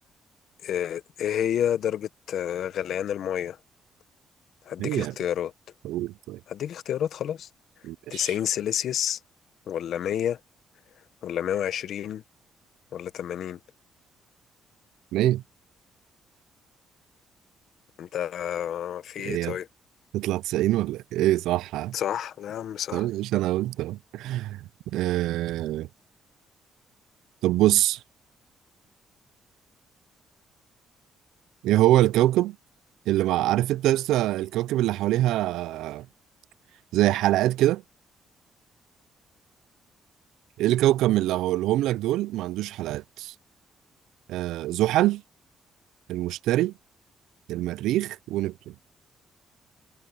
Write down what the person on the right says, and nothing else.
هي
بتقول طيب
ماشي
ليه
هي
تطلع 90 ولا ايه إيه صح ها؟
طب مش انا قلت اهو آه، طب بص ايه هو الكوكب اللي مع عارف انت لسه الكوكب اللي حواليها زي حلقات كده ايه الكوكب من اللي هقولهم لك دول ما عندوش حلقات آه زحل المشتري المريخ ونبتون